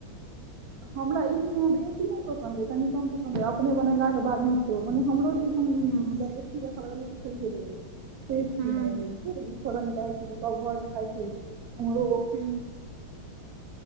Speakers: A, on the right; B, on the right.
A: <inaudible>
B: हमरा ई छैह बेसी नहि पसन्द ह कनि कम पसन्द ह अपने बनेला के बाद नहि छियौ मने हमरो जब
A: हूं
B: सीड़ खरा तऽ छड़ देबसीेक
A: हूं
B: <unintelligible> छथोड़ नहि चाहै छी सब घर मे खाइ छै उमहरो
A: हू